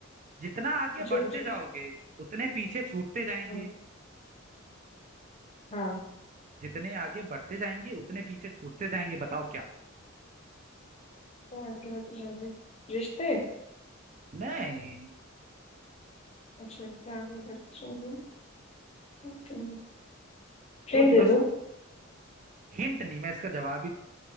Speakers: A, on the right (about 35°); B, on the left (about 30°).
A: जितना आगे
B: पूछो
A: बढ़ते
B: पूछो
A: जाओगे उतने पीछे छूटते जाएंगे
B: हाँ हाँ,
A: जितने आगे बढ़ते जाएंगे उतने पीछे छूटते जाएंगे बताओ क्या
B: तो आगे बढ़ते जाओगे रिश्ते
A: नहीं
B: अच्छा तो आगे बढ़ते जाओगे तो फ्रेंड
A: सोच
B: दे
A: लो
B: दो
A: हिंट नहीं मैं इसका जवाब ही दूं।